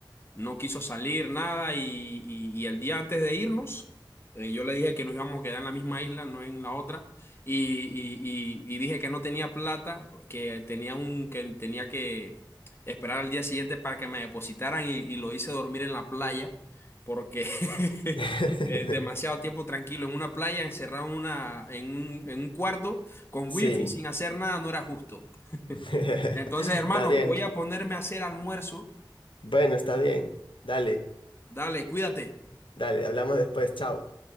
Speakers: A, on the left; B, on the left.
A: no quiso salir, nada, y, y- y el día antes de irnos, eh, yo le dije que nos íbamos a quedar en la misma isla, no en la otra, y, y- y- y dije que no tenía plata, que tenía un, que tenía que esperar al día siguiente para que me depositaran y, y lo hice dormir en la playa, porque <laughs>
B: <laughs>
A: eh, demasiado tiempo tranquilo en una playa, encerrado en una, en un, en un cuarto con
B: Sí,
A: wifi, sin hacer nada, no era justo.
B: <laughs>
A: Entonces, hermano,
B: está bien.
A: voy a ponerme a hacer almuerzo.
B: Bueno, está bien. Dale,
A: Dale, cuídate.
B: dale, hablamos después. Chao.